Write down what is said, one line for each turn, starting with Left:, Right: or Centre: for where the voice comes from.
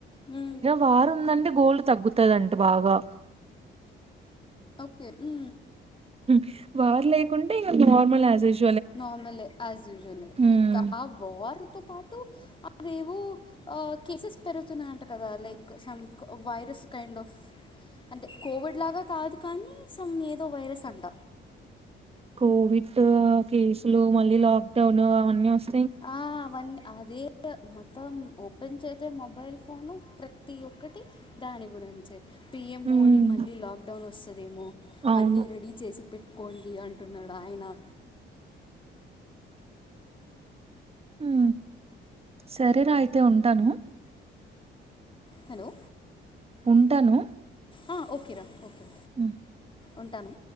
Left: ఆ
Right: వార్ ఉందంటే గోల్డ్ తగ్గుతాదంట బాగా
Left: ఓకే ఊ
Right: ఉహు ఉ వార్ లేకుంటే ఇంక నార్మల్ ఎజువేషన్
Left: నార్మలే యాజ్యూజువల్లే
Right: హ్మ్
Left: ఇంకా ఆ వార్ తో పాటు రేవో ఆ కేసెస్ వస్తున్నాయంట కదా లైక్ సమ్ కొ వైరస్ కైండ్ ఆఫ్ అంటే కోవిడ్ లాగా కాదు కానీ సమ్ ఏదో వైరస్ అంట
Right: కోవిడ్ కేసులు మళ్ళీ లాక్డౌన్ అవన్ని వస్
Left: ఆ అవన్నీ అదే ఒ మొత్తం ఓపెన్ చేతే మొబైల్ పోను ప్రతి ఒక్కటి దాని గురించి పిఎం మోడీ
Right: ఉమ్
Left: మళ్ళీ లాక్ డౌన్ వస్ అదేమో
Right: అవును
Left: అన్ని రెడీ చేసి పెట్టుకోండి అంటున్నా రయనా
Right: ఉ సరేరా అయితే ఉంటాను.
Left: హలో
Right: ఉంటాను
Left: అ ఓకేరా ఓకే
Right: ఆ
Left: ఉంటాను